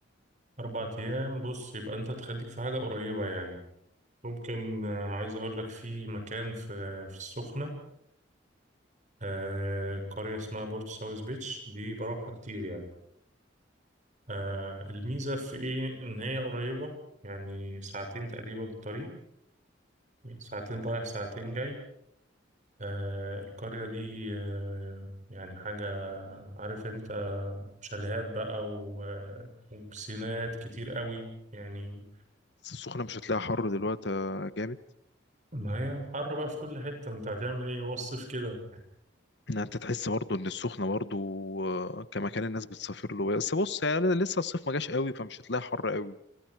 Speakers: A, on the right (about 40°); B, on the left (about 60°).
A: أربع أيام بص يبقى انت تخليك في حاجة قريبة يعني ممكن آه، عايز أقول لك في مكان في في السخنة آه، قرية اسمها بورتو ساوث بيتش دي بروحها كتير يعني آه، الميزة في ايه؟ إن هي قريبة يعني ساعتين تقريبا الطريق ساعتين رايح ساعتين جاي آه القرية دي آه يعني حاجة عارف انت شاليهات بقى و- آه، وبسينات كتير قوي يعني
B: بس السخنه مش هتلاقيها حر دلوقتي آه، جامد
A: ما هي حر بقى في كل حتة انت هتعمل ايه هو الصيف كده
B: إن انت تحس برضو ان السخنه برضو آه، كمكان الناس بتسافر له بس بص يعني لسه الصيف ما جاش قوي فمش هتلاقي حر قوي